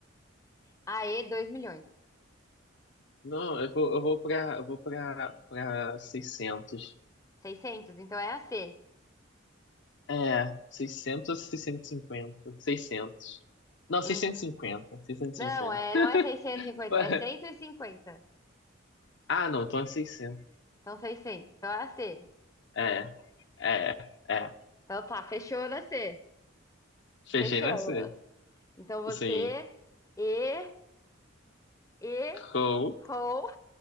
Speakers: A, on the left; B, on the left.
A: a E 2 milhões.
B: Não, eu vou, eu vou pra, eu vou pra, pra seiscentos
A: seiscentos então é a C.
B: É, 600 ou seiscentos e cinquenta seiscentos Não, seiscentos
A: Em-
B: seiscentos e cinquenta seiscentos
A: Não,
B: e cinquenta
A: é, não é 650,
B: <laughs>
A: é cento e cinquenta.
B: Ah, não, então é seiscentos
A: Então, seiscentos, Então, é a C.
B: É, é, é.
A: Então, tá, fechou na C.
B: Fechei
A: Fechamos.
B: na c
A: Então, você
B: Sim.
A: e, e,
B: Roll
A: rou,